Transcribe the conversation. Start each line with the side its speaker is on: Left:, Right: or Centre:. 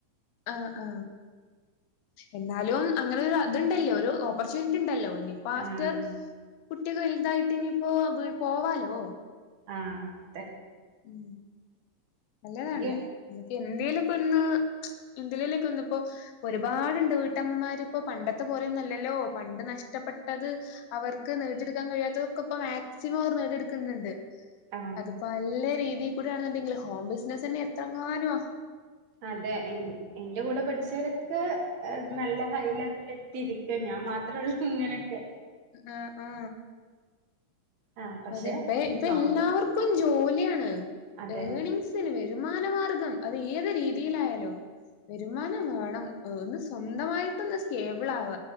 Left: ആ ആ എന്നാലും അങ്ങനെ ഒരു അതുണ്ടല്ലോ ഒരു ഓപ്പർച്യൂണിറ്റി ഉണ്ടല്ലോ ഇനിയിപ്പ ആഫ്റ്റർ
Right: ആഹ്
Left: കുട്ടിയൊക്കെ വലുതായിട്ട് ഇനിയിപ്പോ പോവാലോ
Right: ആ അതെ
Left: ളം നല്ലതാണ്
Right: എനിക്ക്
Left: നമ്മക്ക് ഇന്ത്യയില ഇപ്പൊ ഇന്ന് എന്തിലലേക്ക ഒന്നിപ്പോ ഒരുപാടുണ്ട് വീട്ടമ്മമാരിപ്പോ പണ്ടത്തെ പോലെയൊന്നല്ലല്ലോ പണ്ട് നഷ്ടം ഇഷ്ടപ്പെട്ടത് അവർക്ക് നേടിയെടുക്കാൻ കഴിയാത്തതൊക്കെ ഇപ്പ മാക്സിമം അവർ നേടിയെടുക്കുന്നുണ്ട്
Right: ആ
Left: അതിപ്പോ നല്ല രീതിയിൽ കൂടെ ആണെന്നുണ്ടെങ്കിൽ ഹോം ബിസിനസ് തന്നെ എത്രങ്ങാനമാ
Right: അതെ എന്റെ കൂടെ പഠിച്ചവരൊക്കെ നല്ല ഹൈലെവലിൽ എത്തിരിക്കുക ഞാൻ ഞാൻ മാത്രമേ ഉള്ളൂ ഇങ്ങനെയൊക്കെ
Left: ആ ആ
Right: ആഹ് പക്ഷെ
Left: അതെ ഇപ്പ
Right: ഉം
Left: ഇപ്പ
Right: നോക്കണം
Left: എല്ലാവർക്കും ജോലിയാണ്
Right: അതെ
Left: ഏണിങ്സിന് വേ- വരുമാനമാർഗം അത് ഏത് രീതിയിലായാലും വരുമാന വേണം ഒന്ന് സ്വന്തമായിട്ടന്ന് ഒന്ന് സ്കേബിൾ ആവ